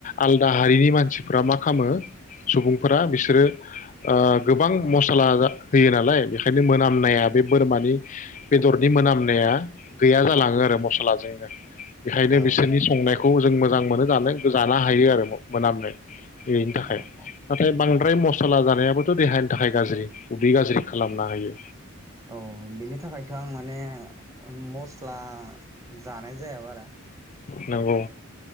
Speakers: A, on the left; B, on the right.
A: आलदा हारिनि मानसि फोराव मा खालामो सुबुंफोरा बिसोरो ओ गोबां मसला होयो नालाय बेखायनो मोनामनाया बे बोरमानि बेदरनि मोनामनाया गैया जालाङो आरो मस्लाजोंनो बेखायनो
B: औ
A: बिसोरनि संनायख खौ जों मोजां मोनो जानो जानो हायो आरो मोनामनो बेनि थाखाय
B: औ
A: नाथाय
B: औ
A: बां फ्राय मसाला जानायाबोथ' देहानि थाखाय गाज्रि उदै गाज्रि खालामना होयो
B: औ बिनि थाखायथ' आं माने मस्ला जानाय जाया बारा
A: नंगौ